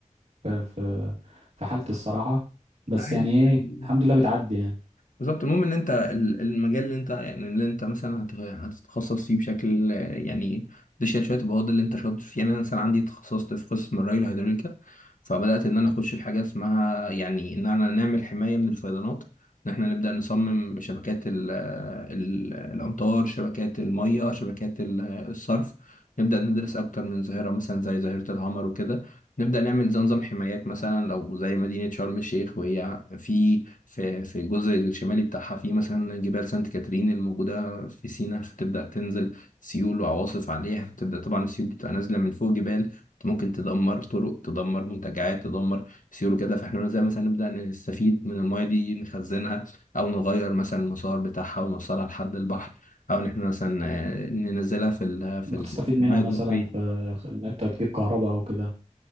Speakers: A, on the right (about 55°); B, on the left (about 75°).
A: في في في حالتي الصراحه بس
B: آه، عادي
A: يعني
B: يعني
A: ايه الحمد لله بتعدي يعني
B: بالظبط المهم ان انت ال- المجال اللي انت يعني اللي انت مثلا هت- هتتخصص فيه بشكل آه، يعني ديشير شويه يبقى هو ده اللي انت شاطر فيه يعني انا مثلا عندي تخصصت في قسم الري الهيدروليكا فبدات ان انا اخش في حاجه اسمها يعني ان انا نعمل حمايه من الفيضانات ان احنا نبدا نصمم شبكات ال ال الامطار شبكات الميه شبكات ال- الصرف نبدا ندرس اكتر من ظاهره مثلا زي ظاهره الهامر وكده نبدأ نعمل زي نظام حمايات مثلا لو زي مدينة شرم الشيخ وهي في في في الجزء الشمالي بتاعها في مثلا جبال سانت كاترين الموجودة في سيناء فتبدأ تنزل سيول وعواصف عليها فتبدأ طبعا السيول دي تبقى نازلة من فوق جبال ممكن تدمر طرق تدمر منتجعات تدمر سيول وكده فاحنا زي مثلا نبدأ نستفيد من المايه دي نخزنها أو نغير مثلا المسار بتاعها ونوصلها لحد البحر أو إن احنا مثلا آه، ننزلها في ال في
A: ممكن
B: الحماية
A: تستفيد منها مثلا
B: الجوفية
A: في خ- انك تجيب كهرباء او كده